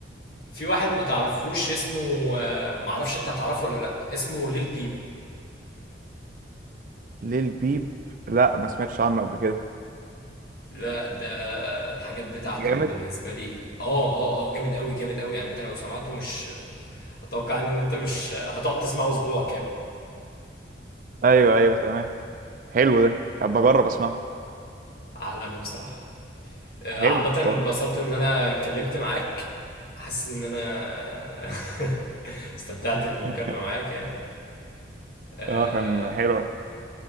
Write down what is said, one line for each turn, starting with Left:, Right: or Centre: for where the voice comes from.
Left: في واحد ما تعرفوش اسمه آه، معرفش انت هتعرفه ولا لا اسمه ليل بيب
Right: ليه البيب لا ما سمعتش عنه قبل كده
Left: لا ده الحاجات بتاعته
Right: جامد
Left: بالنسبة لي اه اه اه جامد قوي جامد قوي يعني انت لو سمعته مش اتوقع ان انت مش هتقعد تسمعه اسبوع كامل
Right: ايوه ايوه تمام حلو ده هبقى اجرب اسمعه
Left: عالمي بصراحة آه،
Right: حلو
Left: عامة انبسطت
Right: طب
Left: ان انا اتكلمت معاك حاسس ان انا <laughs> استمتعت
Right: <laughs>
Left: بالمكالمة معاك يعني آه،
Right: اه كان حلو